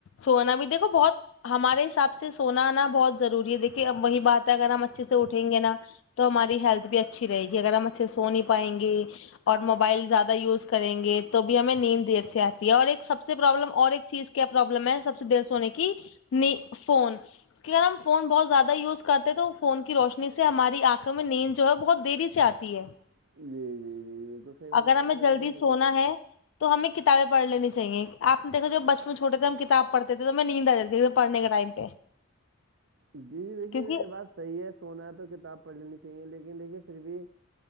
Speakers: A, on the left; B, on the right.
A: سونا بھی دیکھو بہت ہمارے حساب سے سونا آنا بہت ضروری ہے دیکھیے اب وہی بات ہے اگر ہم اچھے سے اٹھیں گے نا تو ہماری ہیلتھ بھی اچھی رہے گی اگر ہم اچھے سو نہیں پائیں گے اور موبائل زیادہ یوز کریں گے تو بھی ہمیں نیند دیر سے آتی ہے اور ایک سب سے پرابلم اور ایک چیز کیا پرابلم ہے سب سے دیر سے ہونے کی نہیں فون اگر ہم فون بہت زیادہ یوز کرتے تو فون کی روشنی سے ہماری آنکھوں میں نیند جو ہے بہت دری جاہتی ہے
B: جی جی جی
A: اگر ہمیں
B: <unintelligible>
A: جلدی سونا ہے تو ہمیں کتابیں پڑھ لینی چاہیے آپ دھو جب بچپن چھوٹ تھ ہم کتاب پڑھتے تھے تو ہمیں نیند آ جاتی پڑھنے کے ٹائم پہ
B: جی جی دیکھیے
A: کیونکہ
B: یہ بات صحیح ہے سونا ہے تو کتاب پڑھ لینی چاہیے لیکن دیکھیے پھر بھی